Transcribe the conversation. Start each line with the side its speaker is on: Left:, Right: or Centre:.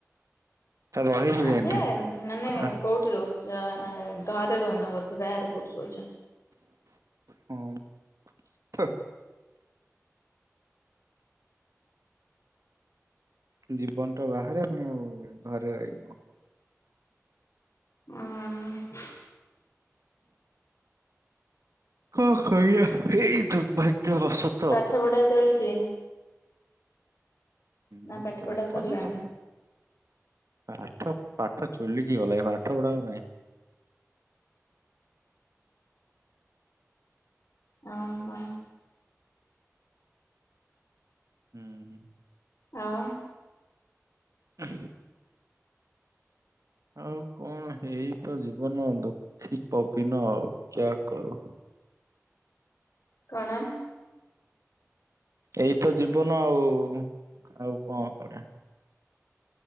Right: ତା ରହିବି
Left: ହଁ
Right: କେମିତି?
Left: ଯେ ମାନେ
Right: କଣ
Left: କୋଉଠି ରହୁଚ ଆଁ ଘରେ ରହୁନ ବୋଧେ ବାହାରେ କୋଉଠି ରହୁଚ?
Right: ହୁଁ ଥୁ। ଜୀବନ ଟା ବାହାରେ ପୁଣି ଆଉ ଘରେ ରହିବ।
Left: ହଁ।
Right: କଣ କରିବା ଏଇ ଦୁର୍ଭାଗ୍ୟବଶତ
Left: ପାଠ ପଢା ଚାଲିଚି।
Right: ହୁଁ
Left: ନା
Right: ପାଠ
Left: ପଢା ସରିଲାଣି?
Right: ନା <unintelligible> ପାଠ ପାଠ ଚୁଲିକି ଗଲାଇଁ ପାଠ ପଢା ଆଉ ନାହିଁ।
Left: ଅ ହ।
Right: ହୁଁ ହୁଁ।
Left: ଆଉ
Right: ଅ ଆଉ କଣ ହେଇ ତ ଜୀବନ ଦୁଃଖୀ ପବିନ ଆଉ କ୍ୟା କରୁ।
Left: କଣ?
Right: ଏଇ ତ ଜୀବନ ଆଉ ଆଉ କଣ କରିଆ?